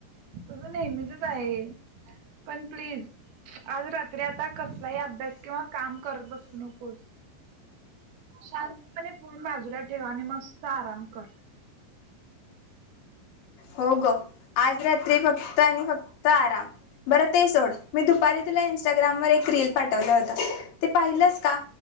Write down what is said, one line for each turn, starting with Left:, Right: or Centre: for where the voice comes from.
Right: तुझं नेहमीचच आहे पण प्लीज आज रात्री आता कसलाही अभ्यास किंवा काम करत बसू नकोस शांतपणे फोन बाजूला ठेवा आणि मस्त आराम कर.
Left: हो ग आज रात्री फक्त आणि फक्त आराम बरं ते सोड मी दुपारी तुला इन्स्टाग्रामवर एक रील पाठवलं होत, ते पाहिलंस का